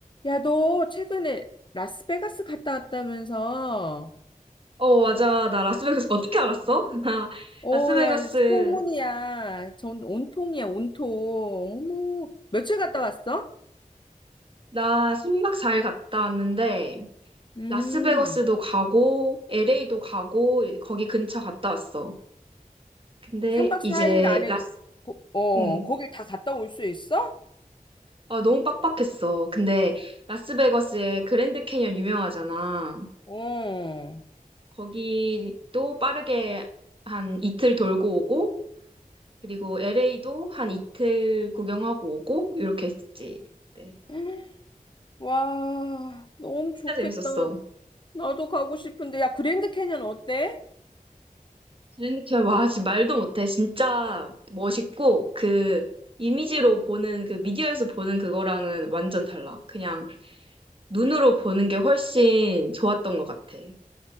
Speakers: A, on the left (about 35°); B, on the right (about 35°).
A: 야, 너 최근에 라스베가스 갔다 왔다면서?
B: 어, 맞아. 나 라스베가스 어떻게 알았어? <laughs> 나
A: 어,
B: 라스베가스
A: 야, 소문이야. 전 온통이야, 온통. 어머, 며칠 갔다 왔어?
B: 나순박 4일 갔다 왔는데
A: 음,
B: 라스베가스도 가고 LA도 가고 거기 근처 갔다 왔어. 근데
A: 3박
B: 이제
A: 4일 안에,
B: 라스
A: 거, 어,
B: 음.
A: 거길 다 갔다 올 수 있어?
B: 아, 너무 빡빡했어. 근데 라스베거스의 그랜드 캐니언 유명하잖아.
A: 어.
B: 거기도 빠르게 한 이틀 돌고 오고 그리고 LA도 한 이틀 구경하고 오고 이렇게 했지. 네.
A: <gasps> 와, 너무 좋겠다.
B: 진짜 재밌었어.
A: 나도 가고 싶은데. 야, 그랜드 캐년 어때?
B: 제니와 진짜 말도 못해 진짜 멋있고 그 이미지로 보는 그 미디어에서 보는 그거랑은 완전 달라 그냥 눈으로 보는 게 훨씬 좋았던 것 같아